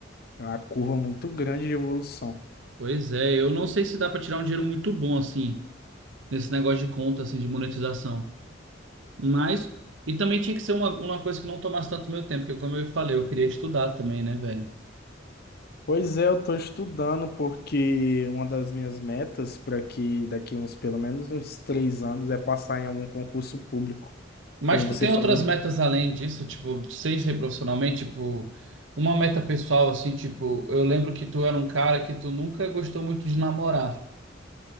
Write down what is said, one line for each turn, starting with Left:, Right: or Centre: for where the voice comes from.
Left: é uma curva muito grande de evolução.
Right: Pois é, eu não sei se dá para tirar um dinheiro muito bom assim, nesse negócio de conta, assim, de monetização. Mas. E também tinha que ser uma, uma coisa que não tomasse tanto meu tempo, porque como eu falei, eu queria estudar também, né, velho?
Left: Pois é, eu tô estudando porque uma das minhas metas para que daqui uns pelo menos uns três anos é passar em algum concurso público.
Right: Mas
Left: Como você
Right: tu tem
Left: falou.
Right: outras metas além disso, tipo, sem ser profissionalmente, tipo, uma meta pessoal, assim, tipo, eu lembro que tu era um cara que tu nunca gostou muito de namorar.